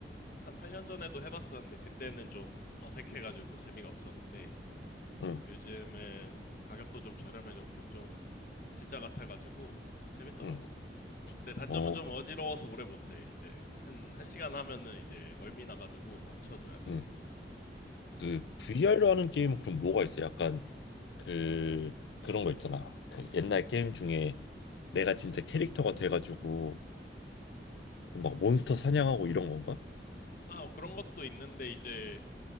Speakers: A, on the left (about 50°); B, on the left (about 80°).
A: 한 8년 전에도 해봤었는데, 그때는 좀 어색해가지고 재미가 없었는데,
B: 응,
A: 요즘은 가격도 좀 저렴해졌고, 좀 진짜 같아가지고, 재밌더라고.
B: 응.
A: 근데 단점은
B: 어,
A: 좀 어지러워서 오래 못해. 이제 한, 한 시간 하면은 이제 멀미 나가지고 멈춰줘야 돼.
B: 응. 그 VR로 하는 게임 은 그럼 뭐가 있어? 약간 그 그런 거 있잖아. 그 옛날 게임 중에 내가 진짜 캐릭터가 돼가지고 그 막 몬스터 사냥하고 이런 건가?
A: 아, 그런 것도 있는데, 이제